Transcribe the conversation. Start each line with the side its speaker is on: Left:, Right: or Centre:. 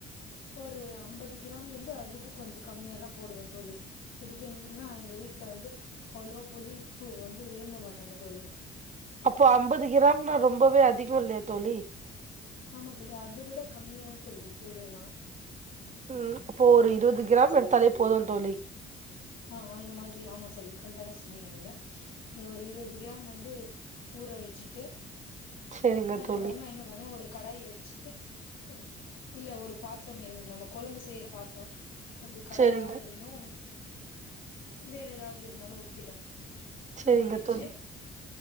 Left: ஒரு அம்பது கிராம்லிந்து அதுக்கும் கொஞ்சு கம்மியாதான் போடுவன் தோழி இதுக்கு ன்னா எங்க வீட்ல வந்து அவ்ளோ புளிப்பு வந்து விரும்ப மாட்டாங்க தோழி
Right: அப்போ அம்பது கிராம்னா ரொம்பவே அதிகொ இல்யா தோலி
Left: ஆமா தல்ல அத விட கம்மிதா சொல்லி சொல்றேன்னா
Right: உம் அப்போ ஒரு இருவ்து கிராம் எடுத்தாலே போதும் தோழி
Left: ஆஹ் அந்த மாதிரி ஆமா சொல்லி கரெட்டா தா சொன்னீங்க நீங்க ஒரு இருவது கிராம் வந்து ஊற வச்சிட்டு
Right: செரிங்க
Left: அதுகறமா
Right: தோழி
Left: என்ன பண்ண ஒரு கடாய் வெச்சி <unintelligible> இல்ல ஒரு பாத்திரமே நம்ம கொழம்பு செய்ற பாத்ரம் அது கடயாஊ
Right: செரிங்க
Left: இருந்தும் வேற எதாவ்து இருந்தாலும் ஓகேதா
Right: செரிங்க
Left: அது வெச்சி
Right: தோழி